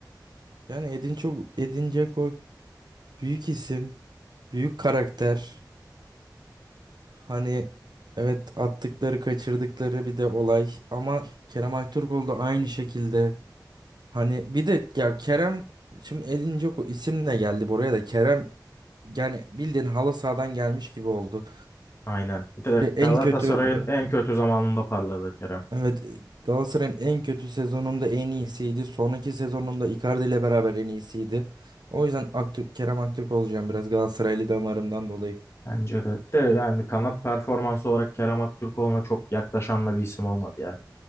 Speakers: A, on the right; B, on the left.
A: yani Edin çok Edin Dzeko büyük isim, büyük karakter. Hani evet attıkları kaçırdıkları bir de olay ama Kerem Aktürkoğlu da aynı şekilde hani bir de ya Kerem şimdi Edin Dzeko isimle geldi buraya da Kerem yani bildiğin halı sahadan gelmiş gibi oldu.
B: Aynen. Bir de
A: Ya en
B: Galatasaray'ın
A: kötü
B: en kötü zamanında parladı Kerem.
A: evet Galatasaray'ın en kötü sezonunda en iyisiydi. Sonraki sezonunda Icardi ile beraber en iyisiydi. O yüzden Aktürk, Kerem Aktürk olacağım biraz Galatasaraylı damarımdan dolayı.
B: Bence de. De yani kanat performansı olarak Kerem Aktürkoğlu'na çok yaklaşan da bir isim olmadı ya.